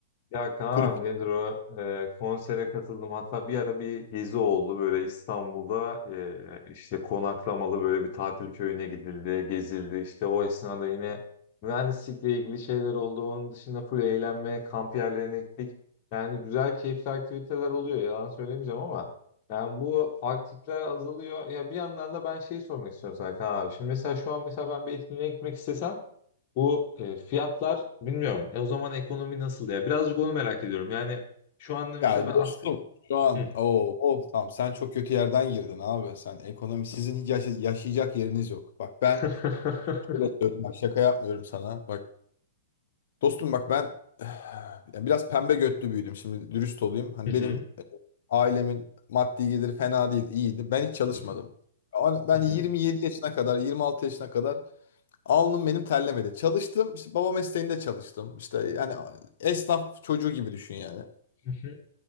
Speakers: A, on the left; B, on the left.
A: Ya Kaan
B: kulüp.
A: nedir o? Ee, konsere katıldım. Hatta bir ara bir gezi oldu böyle İstanbul'da ee, işte konaklamalı böyle bir tatil köyüne gidildi, gezildi. İşte o esnada yine mühendislikle ilgili şeyler oldu. Onun dışında full eğlenme, kamp yerlerine gittik. Yani güzel, keyifli aktiviteler oluyor. Yalan söylemeyeceğim ama yani bu aktifler azalıyor. Ya bir yandan da ben şeyi sormak istiyorum sana Kaan abi. Şimdi mesela şu an mesela ben bir etkinliğe gitmek istesem bu e, fiyatlar bilmiyorum. E, o zaman ekonomi nasıl ya? Birazcık onu merak ediyorum. Yani şu anda mesela
B: Ya
A: ben
B: dostum
A: asgari...
B: şu an
A: Hı.
B: o oh tamam sen çok kötü yerden girdin abi. Sen ekonomi sizin hiç yaşa- yaşayacak yeriniz yok. Bak ben
A: <laughs>
B: şöyle söyleyeyim, bak şaka yapmıyorum sana. Bak Dostum bak ben <sighs> yani biraz pembe götlü büyüdüm. Şimdi dürüst olayım. Hani
A: Hı hı,
B: benim ailemin maddi geliri fena değil, iyiydi. Ben hiç çalışmadım.
A: hı hı,
B: Ama Ben
A: hı hı,
B: 27 yaşına kadar, 26 yaşına kadar alnım benim terlemedi. Çalıştım. işte baba mesleğinde çalıştım. İşte yani esnaf çocuğu gibi düşün yani.
A: hı hı,